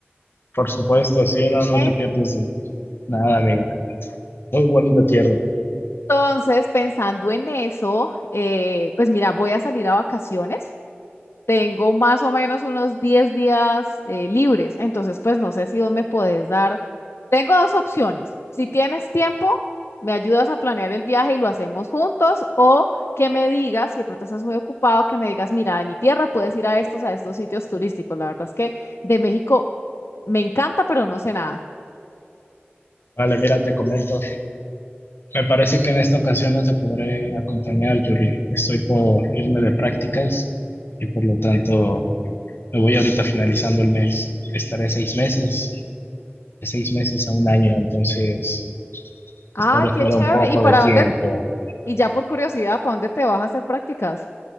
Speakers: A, on the left; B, on the left.
A: por supuesto, sí, no, no te
B: En-
A: pierdes de nada, amiga. Muy bonita tierra.
B: entonces, pensando en eso, eh, pues mira, voy a salir a vacaciones. Tengo más o menos unos 10 días eh, libres, entonces pues no sé si vos me podés dar. Tengo dos opciones. Si tienes tiempo, me ayudas a planear el viaje y lo hacemos juntos o que me digas, si de pronto estás muy ocupado, que me digas, mira, de mi tierra puedes ir a estos, a estos sitios turísticos. La verdad es que de México me encanta, pero no sé nada.
A: Vale, mira, te comento. Me parece que en esta ocasión no te podré acompañar, Julie. Estoy por irme de prácticas y por lo tanto me voy ahorita finalizando el mes. Estaré seis meses. de seis meses a un año, entonces
B: Ay,
A: estaré
B: qué
A: fuera
B: chévere.
A: un poco
B: ¿Y para
A: de tiempo.
B: dónde? Y ya por curiosidad, ¿para dónde te vas a hacer prácticas?